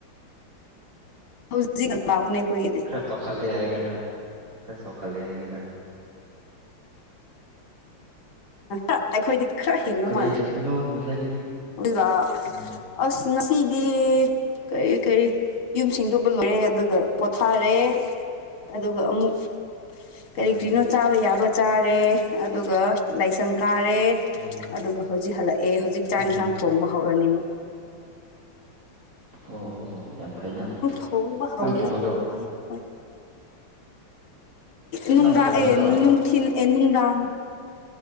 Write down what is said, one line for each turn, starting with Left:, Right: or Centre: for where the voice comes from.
Left: ꯍꯧꯖꯤꯛ ꯂꯥꯛꯄꯅꯦ ꯑꯩꯈꯣꯏꯒꯤꯗꯤ
Right: ꯈ ꯆꯥꯎꯈꯠꯂꯦ ꯍꯥꯏꯒꯗ ꯈꯔ ꯆꯥꯎꯈꯠꯂꯦ ꯍꯥꯏꯒꯗ
Left: ꯑ ꯑꯩꯈꯣꯏꯗꯤ ꯈꯔ ꯍꯦꯟꯕ
Right: ꯀꯗꯥꯏ
Left: ꯃꯥꯜꯂꯦ
Right: ꯆꯠꯄꯅꯣ ꯉꯁꯥꯏꯗꯤ
Left: ꯑꯗꯨꯒ
Right: ꯎꯝ
Left: ꯑꯁ ꯉꯁꯤꯗꯤ ꯀꯔꯤ ꯀꯔꯤ ꯌꯨꯝ ꯁꯤꯡꯗꯣꯛꯄ ꯂꯣꯏꯔꯦ ꯑꯗꯨꯒ ꯄꯣꯊꯥꯔꯦ ꯑꯗꯨꯒ ꯑꯃꯨꯛ ꯀꯔꯤ
Right: ꯑꯥ
Left: ꯀꯔꯤꯅꯣ ꯆꯥꯕ ꯌꯥꯕ ꯆꯥꯔꯦ ꯑꯗꯨꯒ ꯂꯥꯏꯁꯪ ꯀꯥꯔꯦ
Right: ꯑꯥ
Left: ꯑꯗꯨꯒ ꯍꯧꯖꯤꯛ ꯍꯜꯂꯛꯑꯦ ꯍꯧꯖꯤꯛ ꯆꯥꯛ
Right: ꯑꯥ
Left: ꯏꯟꯁꯥꯡ ꯊꯣꯡꯕ ꯍꯧꯔꯅꯤ ꯑꯃꯨꯛ
Right: ꯑꯣ ꯌꯥꯝ ꯐꯩꯅ
Left: ꯊꯣꯡꯕ ꯍꯧꯔꯅꯤꯅꯦ
Right: ꯅꯪ ꯊꯣꯡꯒꯗ꯭ꯔꯣ
Left: ꯍꯣꯏ ꯅꯨꯡꯗꯥꯡ
Right: ꯅꯪ ꯊꯣꯡꯒꯗ꯭ꯔꯣ
Left: ꯑꯦ ꯅꯨꯡꯊꯤꯟ ꯑꯦ ꯅꯨꯡꯗꯥꯡ